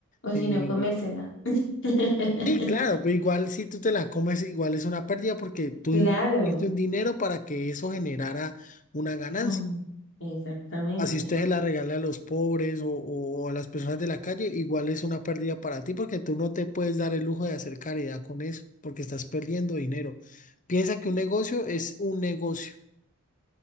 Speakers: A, on the left; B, on the left.
A: O
B: eh,
A: si no, comérsela. <laughs>
B: Sí, claro, pero igual si tú te la comes, igual es una pérdida porque tú
A: Claro.
B: invertiste un dinero para que eso generara una ganancia.
A: Mm, Exactamente.
B: Así usted se la regala a los pobres o, o a las personas de la calle, igual es una pérdida para ti porque tú no te puedes dar el lujo de hacer caridad con eso porque estás perdiendo dinero. Piensa que un negocio es un negocio,